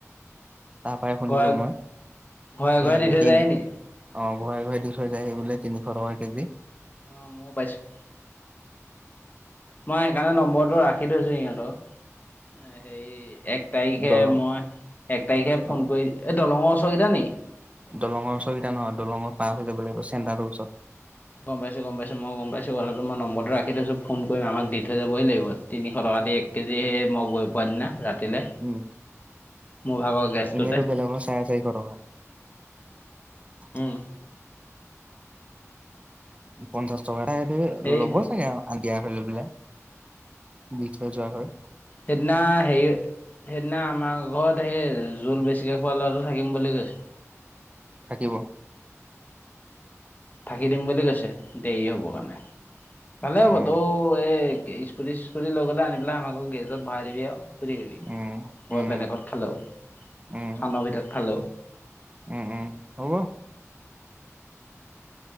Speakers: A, on the right; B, on the left.
A: তাৰ পৰাই শুনিলো
B: ঘৰে
A: মই
B: ঘৰে ঘৰে
A: এ
B: দি থৈ
A: তিন।
B: যায় নি
A: অঁ ঘৰে ঘৰে দি থৈ যায়। সেই বোলে তিনিশ টকা কেজি
B: অঁ মই পাইছোঁ। মই সেইকাৰণে নম্বৰটো ৰাখি থৈছো সিহঁতৰ হেৰি এক তাৰিখে
A: দলং
B: মই এক তাৰিখে ফোন
A: অ
B: কৰি এই দলঙৰ ওচৰ কেইটা নেকি!
A: দলঙৰ ওচৰকেইটা নহয় দলঙৰ পাৰ হৈ যাব লাগিব চেণ্টাটোৰ ওচৰত।
B: গম পাইছো, গম পাইছো, মই গম পাইছো, কথাটো মই নম্বৰটো ৰাখি থৈছো ফোন কৰিম আমাক দি থৈ যাবহি লাগিব। তিনিশ টকা দি এক কেজি হে মই গৈ পোৱাৰ দিনা। ৰাতিলে
A: উ
B: মোৰ ভাগৰ গেছটোতে
A: এনেতো বেলেগৰ চাৰে চাৰিশ টকা। <unintelligible>
B: উম
A: পঞ্চাশ টকা
B: সেই
A: ল'ব চাগে আৰু আ দিয়া হ <inaudible> দি থৈ যোৱা হয়।
B: সেইদিনা হেই সেইদিনা আমাৰ ঘৰত সেই জোল বেছিকে খোৱা ল'ৰাটো থাকিম বুলি কৈছে
A: থাকিব।
B: থাকি দিম বুলি কৈছে। দেৰি হ'ব কাৰণে ভালে
A: উম
B: হ'ব তো এই। স্কুটি চিচস্কুটি লৈ গ'লে আনি পেলাই আমাৰ ঘৰৰ গেজত ভৰাই দিবি আওঁ সুধি আহিবি
A: উম
B: গৈপিনে
A: উম
B: ক'ত খালো,
A: উম
B: ফানৰ ভিতৰত খালো।
A: উম উম হ'ব।